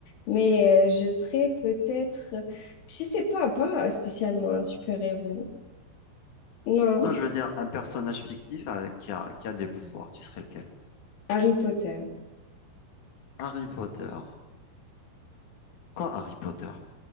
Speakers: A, on the left; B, on the left.
A: mais euh, je serais peut-être, je sais pas, pas spécialement un super-héros. Non,
B: Non, je veux dire un personnage fictif avec qui a, qui a des pouvoirs. Tu serais lequel?
A: Harry Potter.
B: Harry Potter. Quoi Harry Potter?